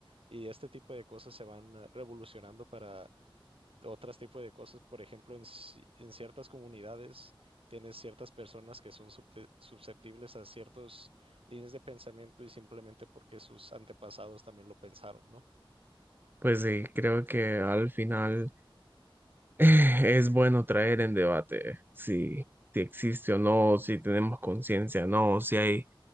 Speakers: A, on the right; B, on the right.
A: y este tipo de cosas se van ah, revolucionando para otros tipos de cosas. Por ejemplo, en, ci- en ciertas comunidades tienes ciertas personas que son subte- susceptibles a ciertas líneas de pensamiento y simplemente porque sus antepasados también lo pensaron, ¿no?
B: Pues sí, creo que al final <laughs> es bueno traer en debate si, si existe o no, si tenemos conciencia o no, si hay